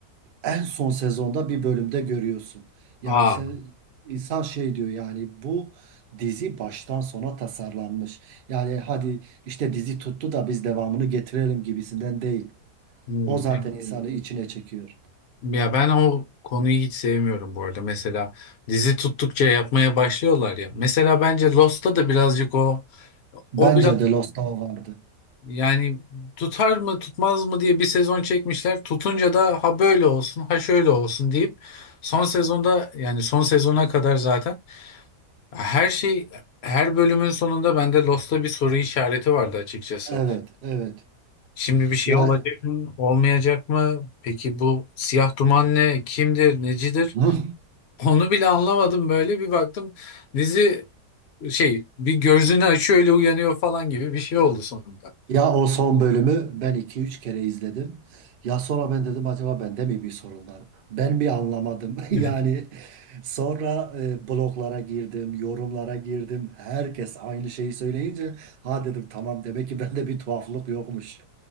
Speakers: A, on the right (about 70°); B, on the left (about 55°).
A: en son sezonda bir bölümde görüyorsun. Yani
B: Aa.
A: sen insan şey diyor yani bu dizi baştan sona tasarlanmış. Yani hadi işte dizi tuttu da biz devamını getirelim gibisinden değil.
B: Hmm.
A: O zaten
B: E,
A: insanı içine çekiyor.
B: Ya ben o konuyu hiç sevmiyorum bu arada. Mesela dizi tuttukça yapmaya başlıyorlar ya. Mesela bence Lost'ta da birazcık o o
A: Bence
B: biraz
A: de Lost'ta o vardı.
B: yani tutar mı tutmaz mı diye bir sezon çekmişler. Tutunca da ha böyle olsun ha şöyle olsun deyip son sezonda yani son sezona kadar zaten Her şey her bölümün sonunda bende Lost'ta bir soru işareti vardı açıkçası.
A: Evet, evet.
B: Şimdi bir şey
A: Ya
B: olacak mı, olmayacak mı? Peki bu siyah duman ne, kimdir, necidir?
A: Hı.
B: Onu bile anlamadım böyle bir baktım. Dizi şey bir gözünü açıyor öyle uyanıyor falan gibi bir şey oldu sonunda.
A: ya o son bölümü ben iki üç kere izledim. Ya sonra ben dedim acaba bende mi bir sorun var? Ben bir anlamadım. <laughs>
B: <laughs>
A: Yani sonra e, bloglara girdim, yorumlara girdim. Herkes aynı şeyi söyleyince ha dedim tamam demek ki bende bir tuhaflık yokmuş.